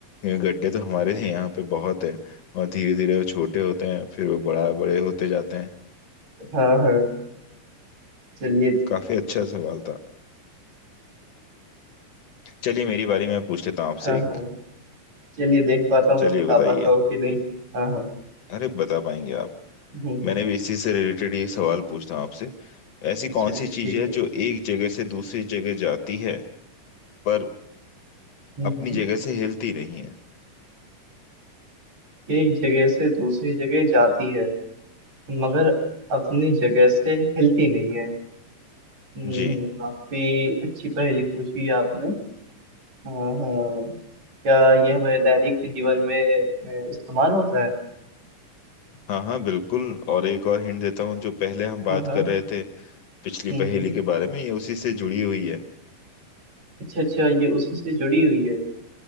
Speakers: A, on the left; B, on the right.
A: ये गड्ढे तो हमारे यहाँ पे बहुत है और धीरे धीरे वो छोटे होते हैं फिर वो बड़ा बड़े होते जाते हैं
B: हाँ हाँ चलिए
A: काफी अच्छा सवाल था चलिए मेरी बारी मैं पूछ लेता हूँ आपसे
B: हाँ
A: एक
B: हाँ चलिए देख पाता हूँ
A: चलिए
B: मैं बता
A: बताइए
B: पाता हूँ कि नहीं हाँ हाँ
A: अरे बता पाएंगे आप
B: हम्म हम्म
A: मैंने भी इसी से रिलेटेड ये सवाल पूछता हूँ आपसे ऐसी
B: अच्छा
A: कौन
B: अच्छा
A: सी चीज
B: ठीक
A: है
B: है
A: जो एक जगह से दूसरी जगह जाती है पर
B: हम्म
A: अपनी
B: हम्म
A: जगह से हिलती नहीं है
B: एक जगह से दूसरी जगह जाती है मगर अपनी जगह से हिलती नहीं है हम्म
A: जी
B: हम्म, काफी अच्छी पहेली पूछी है आपने हाँ हाँ क्या ये हमारे दैनिक जीवन में अ, इस्तेमाल होता है
A: हाँ हाँ बिल्कुल और एक और हिंट देता हूँ जो पहले हम बात
B: हाँ हाँ
A: कर रहे थे पिछली
B: हम्म
A: पहेली
B: हम्म।
A: के बारे में ये उसी से जुड़ी हुई है
B: अच्छा अच्छा ये उसी से जुड़ी हुई है